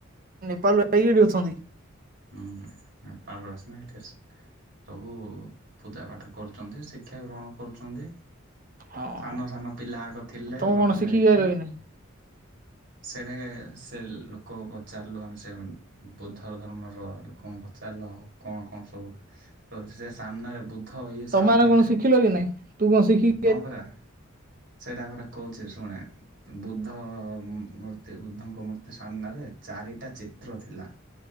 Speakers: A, on the right; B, on the right.
A: ନେପାଳ ରୁ ଆଇ ଏଠି ଅଛନ୍ତି।
B: ହୁଁ ନେପାଳ ରୁ ଆସିନି ଏଠି ଆସି ସବୁ ପୂଜା ପାଠ କରୁଛନ୍ତି ଶିକ୍ଷା ଗ୍ରହଣ କରୁଛନ୍ତି।
A: ହଁ
B: ସାନ ସାନ ପିଲାକ ଥିଲେ
A: ତମେ
B: ଲଣ୍ଡା
A: କଣ ଶିଖିକି
B: ହେଇକି।
A: ଆଇଲ କି ନାଇଁ?
B: ସେଟା ସେ ଲୋକ ପଚାରିଲୁ ଆମେ ସେ ବୁଦ୍ଧର ଧର୍ମର ଲୋକଙ୍କୁ ପଚାରିଲୁ ଆଉ କଣ କଣ ସବୁ ତ ସେ ସାମ୍ନାରେ ବୁଦ୍ଧ ଇଏ
A: ତମ
B: ସାମ୍ନାରେ
A: ମାନେ କଣ ଶିଖିଲ କି ନାଇଁ ତୁ କଣ ଶିଖି
B: ହଁ ପରା ସେଇଟା ପରା କହୁଛି ଶୁଣେ। ବୁଦ୍ଧ ମୂର୍ତ୍ତି ବୁଦ୍ଧଙ୍କ ମୂର୍ତ୍ତି ସାମ୍ନାରେ ଚାରିଟା ଚିତ୍ର ଥିଲା।